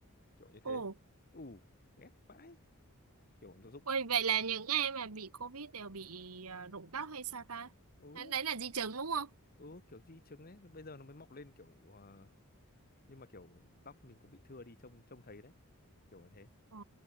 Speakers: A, on the left; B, on the right.
A: kiểu như
B: Ồ,
A: thế ù ghét vãi kiểu nó rụng
B: ôi vậy là những ai mà bị COVID đều bị uh, rụng tóc hay sao ta?
A: ừ
B: Đấy, đấy là di chứng đúng không?
A: ừ kiểu di chứng đấy bây giờ nó mới mọc lên kiểu ờ, nhưng mà kiểu tóc mình cũng bị thưa đi trông trông thấy đấy kiểu là thế
B: Ờ,